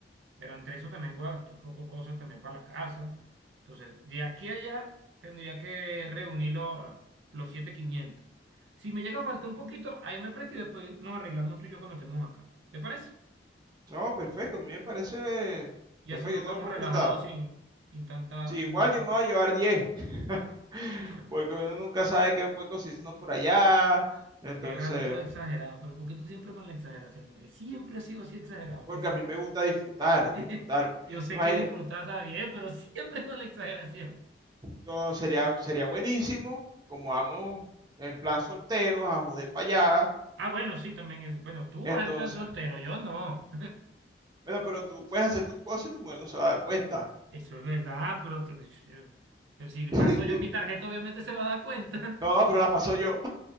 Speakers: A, on the right (about 85°); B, on the right (about 25°).
A: Pero entre eso también voy a gastar un poco de cosas también para la casa. Entonces, de aquí a allá tendría que reunir los, los siete mil quinientos Si me llega a faltar un poquito, ahí me presta y después nos arreglamos tú y yo cuando estemos acá. ¿Te parece?
B: No, perfecto, a mí me parece
A: Y
B: perfecto,
A: así nos
B: yo te
A: vamos
B: lo puedo
A: relajados
B: prestar.
A: sin, sin tanta,
B: Sí, igual
A: sin tanta
B: yo me
A: cosa.
B: voy a llevar 10, <laughs>
A: Chama,
B: porque uno nunca sabe qué puede conseguirse uno por allá, entonces,
A: Qué raro tú de exagerado, pero ¿por qué tú siempre con la exageración? nene? Siempre has sido así exagerado
B: porque
A: para esas
B: a mí
A: cosas.
B: me gusta disfrutar, disfrutar.
A: <laughs>
B: Me
A: Yo sé
B: imagino,
A: que disfrutar está bien, pero siempre con la exageración.
B: no, sería, sería buenísimo, como vamos en plan solteros, a joder para allá,
A: Ah, bueno, sí, también es. Bueno, tú
B: entonces,
A: vas en plan soltero, yo no.
B: bueno, pero tú puedes hacer tus cosas y tu mujer no se va a dar cuenta.
A: Eso es verdad, pero, te- pero si
B: <laughs>
A: paso yo mi tarjeta, obviamente se va a dar cuenta.
B: No,
A: <laughs>
B: pero la paso yo.